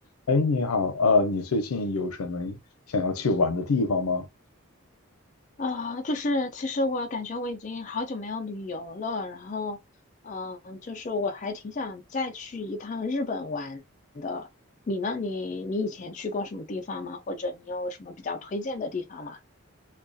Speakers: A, on the left; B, on the left.
A: 哎，你好，呃，你最近有什么想要去玩的地方吗？
B: 啊、就是其实我感觉我已经好久没有旅游了，然后，嗯、就是我还挺想再去一趟日本玩。你呢？你你以前去过什么地方吗？或者你有什么比较推荐的地方吗？